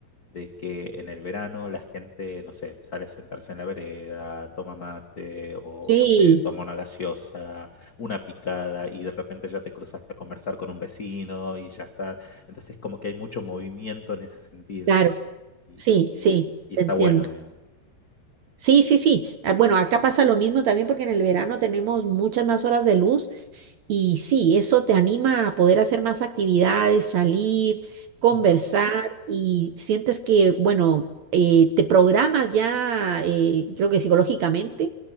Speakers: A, on the left; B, on the right.
A: de que en el verano la gente, no sé, sale a sentarse en la vereda, toma mate o
B: Sí,
A: no sé, toma una gaseosa, una picada y de repente ya te cruzaste a conversar con un vecino y ya está. Entonces como que hay mucho movimiento en ese sentido
B: claro.
A: y,
B: Sí,
A: y- y-
B: sí,
A: y está
B: te entiendo.
A: bueno, digamos.
B: Sí, sí, sí. Ah, Bueno, acá pasa lo mismo también porque en el verano tenemos muchas más horas de luz Y sí, eso te anima a poder hacer más actividades, salir, conversar
A: Ujú,
B: y sientes que, bueno, eh, te programas ya, eh, creo que psicológicamente,